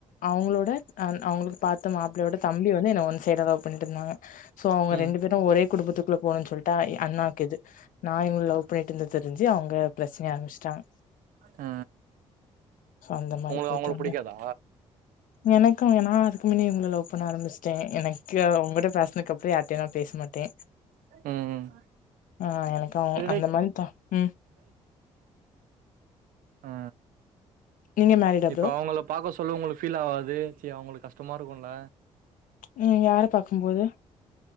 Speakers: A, on the left; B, on the right.
A: அவங்களோட அண் அவங்களுக்கு பாத்த மாப்பிள்ளையோட தம்பி வந்து என்ன ஒன் சைடா லவ் பண்ணிட்டு இருந்தாங்க சோ அவ்ங்க
B: ம்
A: ரெண்டு பேரு ஒரே குடும்பத்துக்குள்ள போனுன்னு சொல்லிட்டா எ அண்ணாக்கு இது நா இவங்கள லவ் பண்ணிட்டு இருந்து தெரிஞ்சு அவ்ங்க பிரச்சனைய ஆரம்பிச்சிட்டாங்க
B: அ
A: அந்த மாரி
B: உங்களுக்கு
A: போயிட்டு
B: அவங்கள
A: இருந்தே
B: புடிக்காதா
A: எனக்கு எ நா அது க்குமின்னே இவங்கள லவ் பண்ண ஆரம்பிச்சிட்டே எனக் <unintelligible> உங்கட்ட பேசினதுக்குப்புற யார்ட்டையு நா பேச மாட்டே
B: ம்
A: ஆ எனக்கு
B: இது
A: அந்த
B: டேய்
A: மாரிப்பா ம்
B: ஆ
A: நீங்க மேரிடா
B: இப்ப
A: ப்ரோ
B: அவங்கள பாக்க சொல்ல உங்களுக்கு ஃபீல் ஆகாது ச்சி அவங்களுக்கு கஷ்டமா இருக்குல
A: ம் யார பாக்குபோது